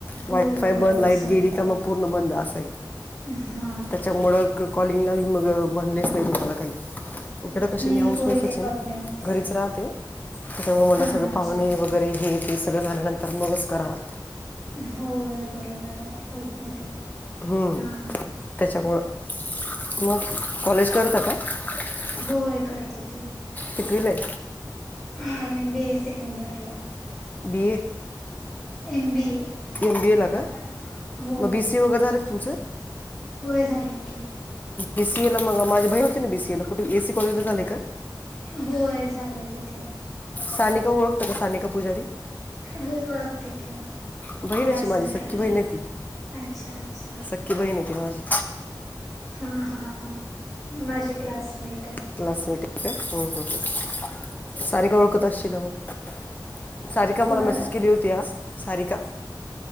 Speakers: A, in the centre; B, on the left.
A: होय
B: वायफाय
A: होय
B: बंद लाईट
A: असं
B: गेली
A: होतय
B: का म पूर्ण बंद असाय
A: हा
B: त्याच्यामुळ क कॉलिंगला मग म्हणलेच नाही तुम्हाला काही. <unintelligible> ईकडं
A: हम्म
B: कशी मी हाऊसवाईफच
A: होय ते प्रॉब्लेम
B: हे ना,
A: होतय.
B: घरीच राहते. त्याच्यामुळे म्हणल
A: हा
B: सगळं
A: हा अच्छा
B: पाहुणे
A: अच्छा
B: वगैरे हे ते सगळं झाल्यानंतर मगच करावं.
A: होय बरोबर आहे होतय ते.
B: हम्म
A: हा हा
B: त्याच्यामुळें मग कॉलेज करता का? <unintelligible>
A: होय करतो की.
B: कितवीला हे.
A: हा एमबीए सेकंड इयरला हे.
B: B A.
A: M B A.
B: M B एला का
A: हो
B: म बी सी वगैरे झालं तुमचं?
A: होय झाली की.
B: बीसी ए ला मग माझी बहीन होती ना, बीसीएला कुठे एसी कॉलजला झाले का?
A: होय झालंय तिथे.
B: सानिका ओळखतं का सानिका पुजारी
A: हो ओळखते की
B: बहीणची
A: क्लासमेंट
B: माझी सख्खी
A: होती
B: बहीण आहे ती
A: अच्छा अच्छा.
B: सख्खी ती बहीन हे तीमाझी.
A: हा हा हा माझी क्लासमेट हाय.
B: क्लासमेट आहे का हम्म हम्म. सारिका ओळखत असशील मग सारिका
A: कोणाला
B: मला मेसेज केली होती आज सारिका